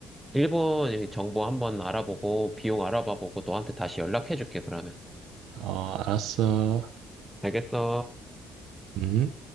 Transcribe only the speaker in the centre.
일본 정보 한번 알아보고, 비용 알아봐 보고, 너한테 다시 연락해 줄게, 그러면.
알겠어.